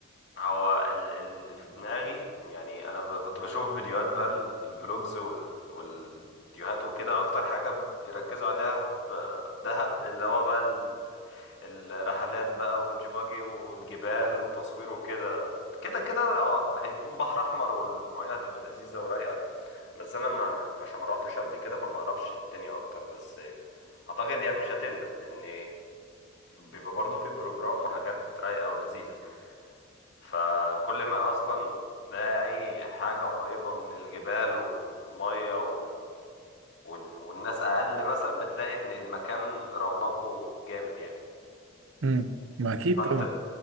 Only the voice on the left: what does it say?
هو اللي في دماغي يعني انا ب- كنت بشوف فيديوهات بقى ال- الفلوجز وال- والفيديوهات وكده اكتر حاجة بيركزوا عليها في في دهب اللي هو بقى ال- الرحلات بقى وبيتش باجي والجبال وتصوير وكده كده كده هو هيكون بحر احمر والمياه هتبقى لذيذة ورايقة بس انا ما عشان ما روحتش قبل كده فما اعرفش الدنيا اكتر بس اعتقد يعني مش هتندم لان بيبقى برضه في بروجرام وحاجات رايقة ولذيذة فكل ما اصلا تلاقي اي حاجه قريبه من الجبال والميه وال... وال- والناس اقل مثلا بتلاقي ان المكان رونقه جامد يعني
فانت